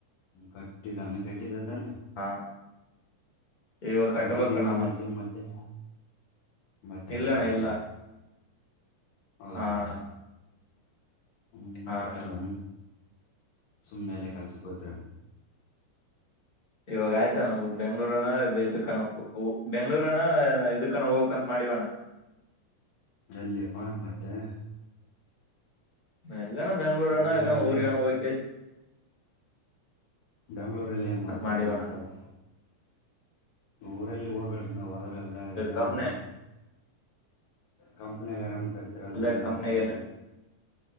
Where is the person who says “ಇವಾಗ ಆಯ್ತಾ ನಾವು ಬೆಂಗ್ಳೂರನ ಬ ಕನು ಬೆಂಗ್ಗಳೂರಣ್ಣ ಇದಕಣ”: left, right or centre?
Left